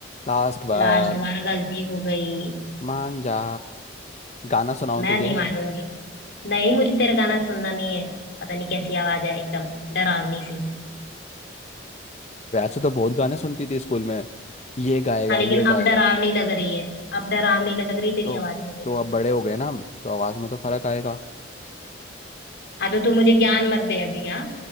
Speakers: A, on the left (about 35°); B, on the left (about 65°).
A: लास्ट बार
B: लास्ट बार गलती हो गई
A: मान जा गाना सुनाऊं
B: मैं
A: तुझे
B: नहीं
A: <laughs>
B: मानूंगी नहीं मुझे तेरा गाना सुनना नहीं है पता नहीं कैसी आवाज है एकदम डरावनी सी
A: वैसे तो बहुत गाने सुनती थी स्कूल में ये गाएगा
B: हाँ लेकिन
A: ये गाएगा
B: अब डरावनी लग रही है अब डरावनी लग रही तेरी
A: तो
B: आवाज मुझे
A: तो अब बड़े हो गए ना हम तो आवाज में तो फर्क आएगा
B: हाँ तो तू मुझे ज्ञान मत दे अभी हाँ